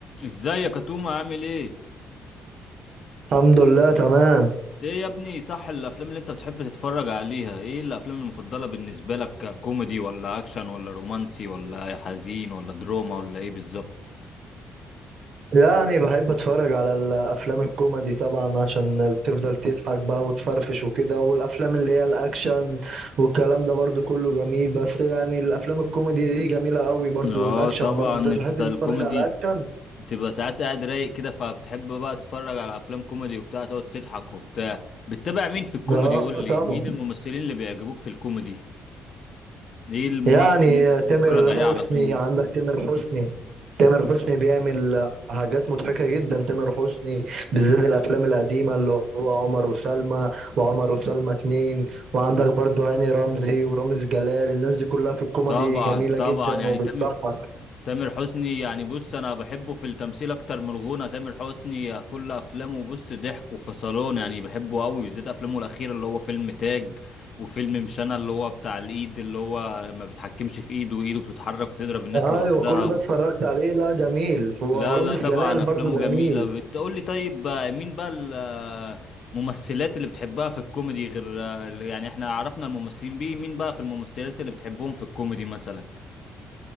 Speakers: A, on the left; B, on the right.
A: ازاي يا كتوم عامل ايه
B: الحمد لله تمام
A: انت ايه يا ابني صح الافلام اللي انت بتحب تتفرج عليها ايه الافلام المفضله بالنسبه لك كوميدي ولا اكشن ولا رومانسي ولا حزين ولا دراما ولا ايه بالظبط
B: يعني بحب اتفرج على الافلام الكوميدي طبعا عشان بتفضل تضحك بقى وتفرفش وكده والافلام اللي هي الاكشن والكلام ده برضو كله جميل بس يعني الافلام الكوميدي دي جميلة قوي برضو
A: اه
B: والاكشن
A: طبعا
B: برضو انت بتحب
A: انت بتاع
B: تتفرج
A: الكوميدي
B: على اكشن
A: بتبقى ساعات قاعد رايق كده فبتحب بقى تتفرج على افلام كوميدي وبتاع تقعد تضحك وبتاع بتتابع مين في الكوميدي
B: اه
A: قول لي
B: طبعا
A: مين الممثلين اللي بيعجبوك في الكوميدي ايه الممثل
B: يعني
A: اللي انت بتتفرج
B: تامر
A: عليه على
B: حسني
A: طول
B: عندك تامر حسني تامر حسني بيعمل حاجات مضحكة جدا تامر حسني بالذات الأفلام القديمة اللي هو عمر وسلمى وعمر وسلمى اتنين وعندك برضو هاني رمزي ورامز جلال الناس دي كلها في الكوميدي
A: طبعا
B: جميلة
A: طبعا
B: جدا
A: يعني
B: وبتضحك
A: تامر تامر حسني يعني بص انا بحبه في التمثيل اكتر من الغنى تامر حسني كل افلامه بص ضحك وفصلون يعني بحبه قوي بالذات افلامه الاخيره اللي هو فيلم تاج وفيلم مش انا اللي هو بتاع الايد اللي هو ما بيتحكمش في ايده وايده بتتحرك وتضرب الناس
B: أيوة
A: لوحدها
B: كل ده
A: و...
B: اتفرجت عليه لا جميل ورامز
A: لا لا طبعا
B: جلال برضو
A: افلامه
B: جميل
A: جميله بتقول لي طيب آه، مين بقى ال- آه، الممثلات اللي بتحبها في الكوميدي غير آه، يعني احنا عرفنا الممثلين بيه مين بقى في الممثلات اللي بتحبهم في الكوميدي مثلا